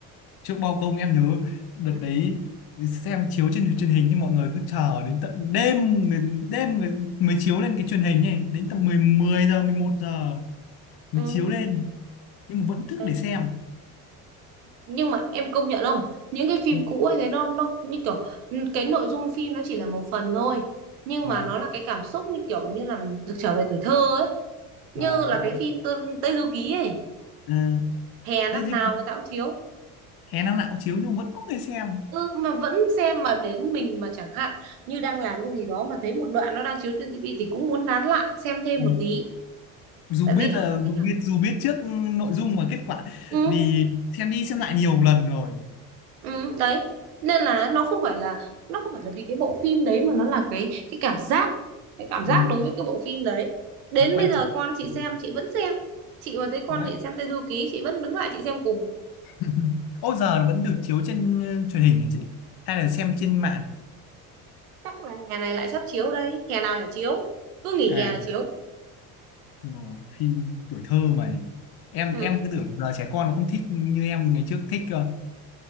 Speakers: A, on the left; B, on the right.
A: trước bao công em nhớ đợt
B: Ừ.
A: đấy xem chiếu trên truyền hình nhưng mọi người cứ chờ đến tận đêm người- đêm người mới chiếu lên cái truyền hình ấy đến tầm 10 10 giờ 11 giờ mới
B: Ừ.
A: chiếu lên nhưng mà vẫn thức
B: Đấy.
A: để xem
B: nhưng mà em công nhận không những cái phim
A: Ừ.
B: cũ ấy thế nó nó như kiểu ừ, cái nội dung phim nó chỉ là một phần thôi nhưng
A: vâng
B: mà nó là cái cảm xúc như kiểu như là được trở về tuổi thơ ấy như
A: vâng
B: là
A: đấy
B: cái phim Tơ- Tây Du Ký ấy
A: ừ.
B: hè năm
A: thế chứ
B: nào người ta cũng chiếu
A: hè năm nào cũng chiếu nhưng vẫn có người xem
B: ừ mà vẫn xem mà đến mình mà chẳng hạn như đang làm cái gì đó mà thấy một đoạn nó đang chiếu trên tivi thì cũng muốn nán lại xem thêm
A: ừ.
B: một tí
A: dù
B: tại
A: biết
B: vì nó
A: là
B: là
A: dù
B: cái cảm
A: biết dù biết trước nội dung và kết quả
B: ừ
A: vì xem đi xem lại nhiều lần rồi
B: Ừ, đấy nên là nó không phải là nó không phải là vì cái bộ phim đấy mà nó là cái cái cảm giác cái cảm
A: ừ.
B: giác đối với cái bộ phim đấy đến
A: mới quay
B: bây giờ
A: trở
B: con chị
A: Ừ.
B: xem chị vẫn xem chị mà thấy con
A: đấy
B: chị xem Tây Du Ký chị vẫn đứng lại chị xem cùng
A: Ừ. Ô giờ nó vẫn được chiếu trên ờ, truyền hình hả chị? Hay là xem trên mạng?
B: chắc là hè này lại sắp chiếu đây hè nào chả chiếu cứ nghỉ
A: À,
B: hè là chiếu
A: đúng rồi, phim tuổi thơ mà. Em
B: ừ.
A: em cứ tưởng giờ trẻ con nó không thích như em ngày trước thích cơ.